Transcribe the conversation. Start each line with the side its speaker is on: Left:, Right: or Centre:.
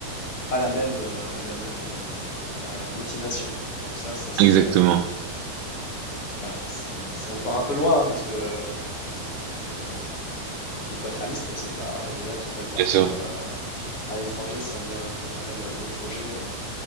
Left: pas la même, euh, la même euh, euh, motivation. Donc ça, ça serait,
Right: exactement,
Left: euh, voilà, c'est, c'est encore un peu loin hein, parce que euh, il faut, il faut être réaliste. C'est pas, il y en a qui veulent partir
Right: bien sûr,
Left: euh, à, à l'étranger sans bien préparer le, le projet. euh,